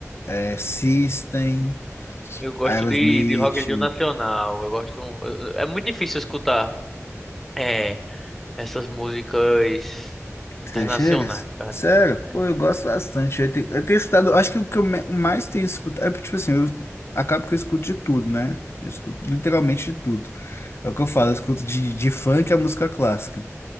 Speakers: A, on the left; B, in the centre.
A: é, System,
B: Eu gosto
A: Aerosmith.
B: de, de rockzinho nacional. Eu gosto. eu- É muito difícil escutar é, essas músicas internacionais,
A: Você chega?
B: cara.
A: Sério?
B: É.
A: Pô, eu gosto bastante. Eu tenho, eu tenho escutado, acho que o que eu me- mais tenho escutado é porque, tipo assim, eu acabo que eu escuto de tudo, né? Eu escuto literalmente de tudo. É o que eu falo, eu escuto de, de funk a música clássica.